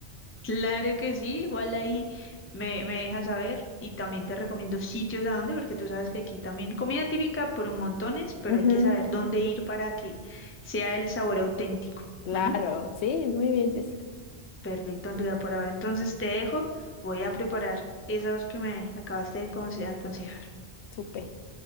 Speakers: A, on the left; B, on the left.
A: claro que sí, igual ahí me, me dejas saber y también te recomiendo sitios a dónde, porque tú sabes que aquí también comida típica por montones, pero
B: Ujú.
A: hay que saber dónde ir para que sea el sabor auténtico.
B: Claro,
A: Bueno.
B: sí, muy bien, Jessica.
A: Perfecto, Andrea, por ahora. Entonces te dejo, voy a preparar esas dos que me acabaste de conse- aconsejar.
B: Supe.